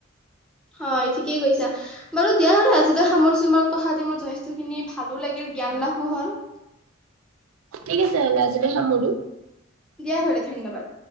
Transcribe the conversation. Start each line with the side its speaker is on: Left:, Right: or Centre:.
Centre: হয় ঠিকেই কৈছা। বাৰু দিয়া হ'লে আজিলৈ সামৰিছোঁ তোমাৰ লগত কথা পাতি মোৰ যথেষ্টখিনি ভালো লাগিল জ্ঞান লাভো হ'ল।
Right: ঠিক আছে হ'লে আজিলে সামৰো।
Centre: দিয়া হ'লে ধন্যবাদ।